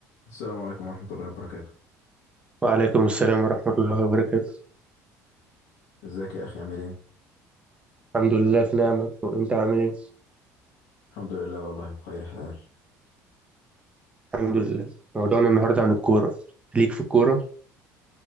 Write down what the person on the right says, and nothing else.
وعليكم السلام ورحمة الله وبركاته
الحمد لله في نعمة وأنت عامل إيه؟
الحمد لله موضوعنا النهاردة عن الكورة ليك في الكورة